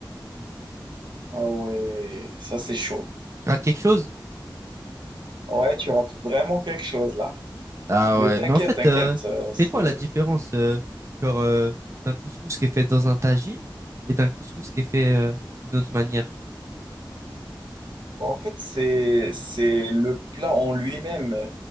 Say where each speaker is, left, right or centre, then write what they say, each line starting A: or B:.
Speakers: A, on the right; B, on the right.
A: Ah ouais, ça c'est chaud.
B: Je rate quelque chose?
A: Ouais, tu rates vraiment quelque chose là.
B: Ah
A: Mais
B: ouais,
A: t'inquiète,
B: mais en fait,
A: t'inquiète,
B: euh,
A: euh,
B: c'est
A: c'est
B: quoi la différence euh, genre, euh, d'un couscous qui est fait dans un tagine et d'un couscous qui est fait euh, d'une autre manière?
A: bon, en fait c'est c'est le plat en lui-même